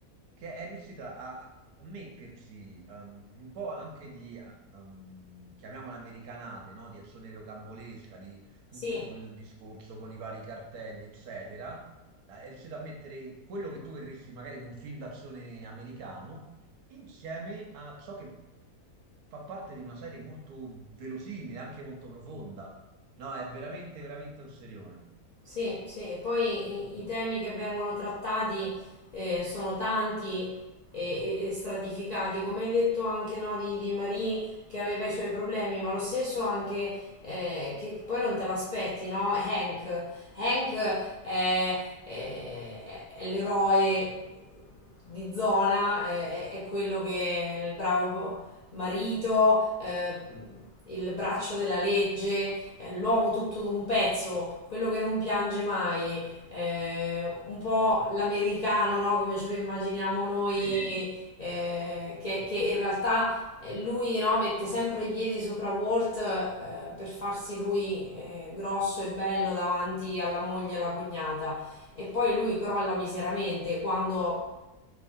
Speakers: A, on the right; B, on the left.
A: che è riuscita a a metterci um, un po' anche di, uh, um, chiamiamola americanate, no? Di azione rocambolesca, di tutto
B: sì.
A: il discorso con i vari cartelli, eccetera. È riuscita a mettere quello che tu vedresti magari in un film d'azione americano insieme a ciò che fa parte di una serie molto verosimile, anche molto profonda. No, è veramente, veramente un serione.
B: Sì, sì, e poi i, i temi che vengono trattati eh, sono tanti e, e- e stratificati, come hai detto anche no, di, di Marie che aveva i suoi problemi, ma lo stesso anche eh, che poi non te l'aspetti, no? <laughs> Hank. Hank è, è- è l'eroe di zona, è, è- è quello che è il bravo marito, eh, il braccio della legge eh, l'uomo tutto d'un pezzo, quello che non piange mai, eh, un po' l'americano, no? Come ce lo immaginiamo noi,
A: Sì.
B: eh, che, che in realtà eh, lui, no, mette sempre i piedi sopra Walt, eh, per farsi lui, eh, grosso e bello davanti alla moglie e alla cognata. E poi lui crolla miseramente quando